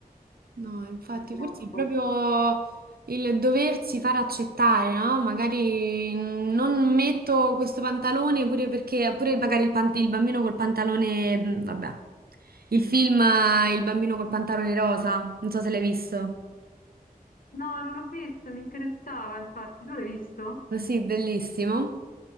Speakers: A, on the right; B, on the left.
A: No, infatti,
B: purtroppo.
A: forse è proprio il doversi far accettare, no? Magari non metto questo pantalone pure perché, pure magari il, pan- il bambino col pantalone, mm, vabbè, il film eh, Il bambino col pantalone rosa, non so se l'hai visto.
B: No, non l'ho visto, mi interessava, infatti, tu l'hai visto?
A: Ma Sì, bellissimo.